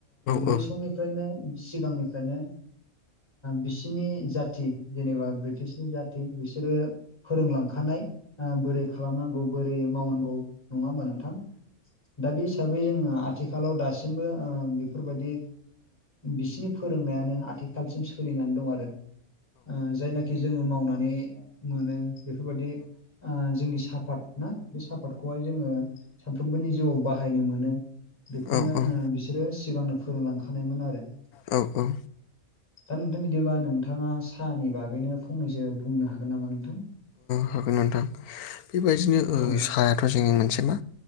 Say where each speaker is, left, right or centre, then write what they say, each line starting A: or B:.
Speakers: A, on the left; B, on the left.
A: बै
B: औ
A: समनिफ्रायनो सिगांनिफ्रायनो बिसिनि जा थि जेनेबा बृटिसनि जाथि बिसोरो फोरोंलांखानाय बोरै खालामनांगौ बोरै मावनांगौ नङा होमबा नोंथां दा बे हिसाबै जोङो आथिखालाव दासिम दसिमबो बेफोरबायदि बिसिनि फोरोंनायानो आथिखालसिम सोलिनानै दं आरो जायनाखि जोङो मावनानै मोनो बेफोरबादि जोंनि साफाद ना बे साफातखौहाय जोङो सानफ्रोमबोनि जिउआव बाहायनो मोनो बेखौनो
B: औ औ
A: बिस बिसोरो सिगांनो फोरोंलांखानायमोन आरो
B: औ औ
A: दा नोंथां बिदिबा नोंथाङा साहनि बागैनो फंनैसो बुंनो हागोन नामा नोंथां?
B: हागोन नोंथां बेबायदिनो
A: औ
B: साह थ' जोंनि मोनसे मा